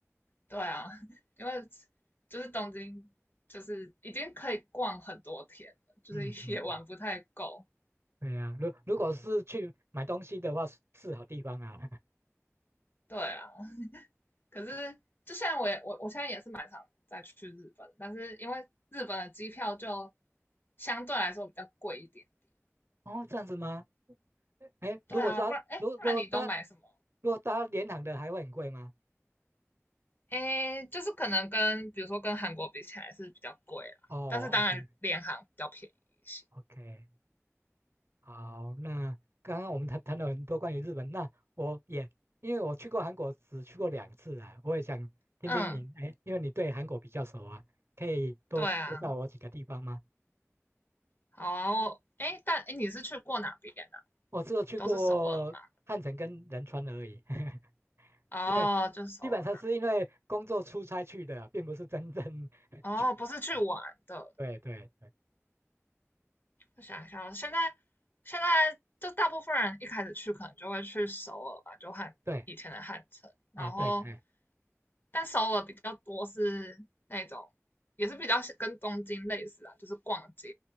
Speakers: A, on the left; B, on the right.
A: 对啊，<laughs> 因为就是东京就是已经可以逛很多天了，
B: <laughs>
A: 就是也玩不太够。
B: 嗯嗯嗯，对呀、如如果是去买东西的话，是是好地方啊，
A: 对啊，可是就像我也我我现在也是蛮想再去日本，但是因为日本的机票就相对来说比较贵一点点。
B: 哦，这样子吗？哎，
A: 对啊，
B: 如果搭，
A: 不然哎，
B: 如如果搭，
A: 不然你都买什么？
B: 如果搭联航的还会很贵吗？
A: 诶，就是可能跟比如说跟韩国比起来是比较贵啦，
B: 哦，OK
A: 但是当然联航比较便宜一些。
B: OK，好，那刚刚我们谈谈了很多关于日本，那我也因为我去过韩国，只去过两次啊，我也想听听您，
A: 嗯，
B: 哎，因为你对韩国比较熟啊，可以多介绍我几个地方吗？
A: 对啊，好啊，我诶，但诶，你是去过哪边呢啊？
B: 我只有去过汉城跟仁川而已，
A: 都是首尔吗？
B: <laughs>
A: 哦，
B: 因为
A: 就首尔
B: 基本上是因为工作出差去的啊，并不是真正 <laughs>
A: 那，
B: 去旅游。
A: 哦，不是去玩的。
B: 对对对
A: 我想一下哦，现在现在就大部分人一开始去可能就会去首尔吧，就汉以前的汉城，
B: 对。
A: 然后
B: 啊，对，哎，
A: 但首尔比较多是那种也是比较跟东京类似啊，就是逛街。